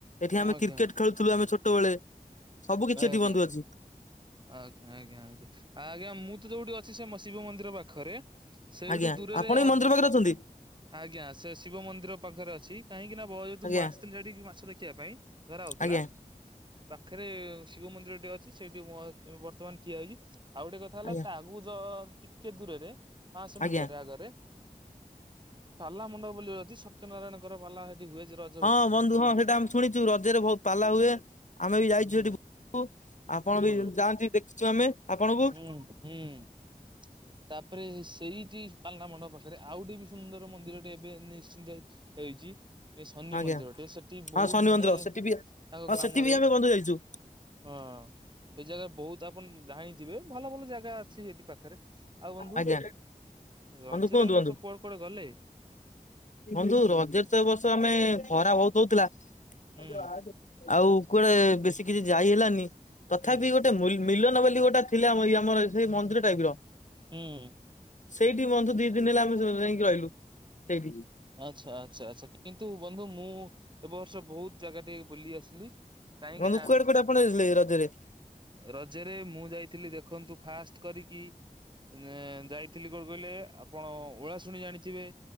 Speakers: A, on the left; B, on the right.
A: ଏଠି
B: ଆଜ୍ଞା
A: ଆମେ କିର୍କେଟ ଖେଳୁଥିଲୁ ଆମେ ଛୋଟବେଳେ ସବୁ କିଛି
B: ଆଜ୍ଞା
A: ଏଠି ବନ୍ଧୁ ଅଛି।
B: ଆଜ୍ଞା ଆଜ୍ଞା ଆଜ୍ଞା ଆଜ୍ଞା ମୁଁ ତ ଯୋଉଠି ଅଛି ସେ ମ ଶିବ ମନ୍ଦିର ପାଖରେ। ସେଇଟୁ
A: ଆଜ୍ଞା
B: ଦୂରରେ
A: ଆପଣ
B: ଆ
A: ଏଇ ମନ୍ଦିର
B: ଉଁ
A: ପାଖରେ
B: ଆ ଆ
A: ଅଛନ୍ତି
B: ଆଜ୍ଞା ସେଶିବ ମନ୍ଦିର ପାଖରେ ଅଛି କାହିଁକିନା ବ ଯେହେତୁ
A: ଆଜ୍ଞା।
B: ମୁଁ ଆସିଥିଲି ସେଇଠିକି ମାଛ ଦେଖିବା ପାଇଁ। ଧରା ହଉଥିଲା?
A: ଆଜ୍ଞା
B: ପାଖରେ ଶିବ ମନ୍ଦିର ଟେ ଅଛି ସେଇଠି ମୁଁ ବର୍ତ୍ତମାନ ଠିଆ ହେଇଛି। ଆଉ ଗୋଟେ କଥା ହେଲା
A: ଆଜ୍ଞା
B: ତା ଭଉତ ଟିକେ ଦୂରରେ ପାଁଶ
A: ଆଜ୍ଞା
B: ମିଟରରେ ଆଗରେ ପାଲା ମଣ୍ଡପ ବୋଲି ଅଛି, ସତ୍ୟ ନାରାୟଣଙ୍କର ପାଲା ସେଠି ହୁଏ। ର
A: ହଁ ବନ୍ଧୁ ହଁ ସେଟା ଆମେ ଶୁଣିଚୁ, ରଜରେ ବହୁତ ପାଲା ହୁଏ। ଆମେ ବି ଯାଇଛୁ
B: ହୁଁ
A: ସେଠି ବୁ ଆପଣ
B: ହୁଁ
A: ବି ଯାଆନ୍ତି ଦେଖିଚୁ ଆମେ ଆପଣଙ୍କୁ।
B: ହୁଁ ହୁଁ ତାପରେ ସେଇଠି ପାଲା ମଣ୍ଡପ ପାଖରେ ଆଉ ଟେ ବି ସୁନ୍ଦର ମନ୍ଦିରଟେ ଏବେ ନିଶ୍ଚିନ୍ତ ହେଇଚି। ଇଏ ଶନି
A: ଆଜ୍ଞା
B: ମନ୍ଦିର ଟେ, ସେଠି ବହୁତ
A: ହଁ ଶନି
B: ମାନେ
A: ମନ୍ଦିର ସେଠି ବି
B: ତାଙ୍କ
A: ହଁ
B: ଗ୍ରାମରେ
A: ସେଠି ବି ଆମେ ବନ୍ଧୁ ଯାଇଛୁ
B: ହଁ ଏ ଜାଗା ବହୁତ ଆପଣ ଜାଣିଥିବେ? ଭଲ ଭଲ ଜାଗା ଅଛି ସେଠି ପାଖରେ। ଆଉ ବନ୍ଧୁ
A: ଆଜ୍ଞା
B: ରଜରେ
A: ବନ୍ଧୁ କୁହନ୍ତୁ
B: ଏ
A: ବନ୍ଧୁ
B: ବର୍ଷ କୁଆଡେ କୁଆଡେ ଗଲେ?
A: ବନ୍ଧୁ ରଜରେତ ଏବର୍ଷ ଆମେ ଖରା ଭୋଉତ୍ ହୋଉଥିଲା ହଉ
B: ହୁଁ
A: ତୁ ଆସେ ଆଉ କୁଆଡେ ବେଶୀ କିଛି ଯାଇ ହେଲାନି ତଥାପି
B: ହୁଁ
A: ଗୋଟେ ମୁଲ୍ ମିଲନ ବୋଲି ଗୋଟେ ଥିଲାମ ଇ ଆମର ସେ ମନ୍ଦିର ଟାଇପ୍ ର
B: ହୁଁ
A: ସେଇଠି ବନ୍ଧୁ ଦି ଦିନ୍‌ ହେଲା <unintelligible> ଯାଇକି ରହିଲୁ ସେଇଠି।
B: ଆଚ୍ଛା ଆଚ୍ଛା ଆଚ୍ଛା କିନ୍ତୁ ବନ୍ଧୁ ମୁଁ ଏବର୍ଷ ବହୁତ୍ ଜାଗା ଟିକେ ବୁଲି ଆସିଲି। କାହିଁକି
A: ରନୁ
B: ନା
A: କୁଆଡ଼େ କୁଆଡ଼େ ଆପଣ ଯାଇଥିଲେ ରଜରେ?
B: ରଜରେ ମୁଁ ଯାଇଥିଲି ଦେଖନ୍ତୁ ଫାଷ୍ଟ କରିକି ଏଁ ଯାଇଥିଲି କୋଉ କହିଲେ ଆ ଆପଣ ଓଳା ଶୁଣି ଜାଣିଥିବେ।